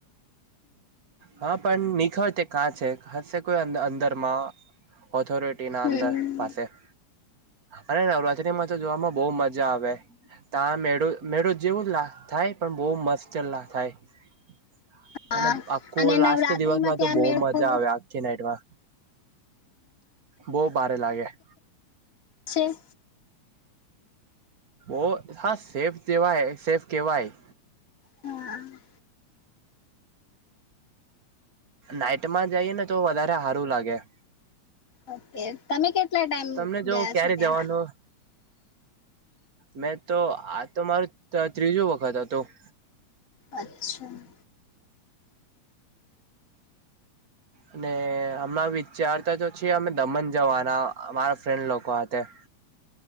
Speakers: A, on the right (about 45°); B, on the left (about 30°).
A: હા પણ નિખ- કાં છે હશે કોઈ અંદરમાં ઓથોરિટી ના
B: હમ
A: અંદર પાસે- અને નવરાત્રીમાં તો જોવામાં બહ મજા આવે તા મેળો મેળો જેવું જ લા થાય પણ બહ મસ્તલા થાય-
B: હા
A: અને આખું
B: અને નવરાત્રીમાં
A: લાસ્ટ દિવસમાં
B: ત્યાં
A: તો બહ
B: મેળ
A: મજા
B: ખૂબ
A: આવે આવે - નાઈટમાં બહ ભારે લાગે-
B: છે.
A: ઓહ હા સેફ કેવાય સેફ કેવાય
B: હમ
A: નાઈટમાં જઈએ ને તો વધારે સારું લાગે-
B: ઓકે તમે કેટલા ટાઈમ
A: તમને જો
B: ગયા
A: ક્યારે
B: છો ત્યાં
A: જવાનું મેં તો આ તો મારું ત્રીજું વખત હતું-
B: અચ્છા-
A: અને હમણાં વિચારતા તો છીએ અમે દમણ જવાના અમારા ફ્રેન્ડ લોકો હતે